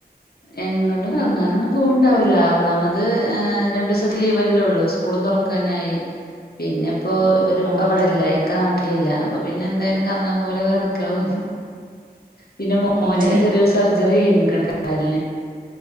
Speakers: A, on the left (about 65°); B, on the right (about 55°).
A: എങ്ങട്ടും കറങ്ങാനൊന്നും പോവണ്ടാവൂല്ല ഒന്നാമത് രണ്ട് ദിവസ ലീവെല്ലേയുള്ളു സ്കൂളും തൊറക്കാനായി പിന്നിപ്പോ ഇവരിപ്പോ
B: ആഹ്
A: ഇവിടില്ല
B: അതെ
A: ഇക്ക നാട്ടിലില്ല അപ്പൊ പിന്നെ എന്തായാലും കറങ്ങാൻ പോകലൊക്കെ കണക്കാവും പിന്നെ മോന്
B: ആണല്ലേ
A: ചെറിയൊര് സർജറി കയിഞ്ഞിക്കണ് കാലിന്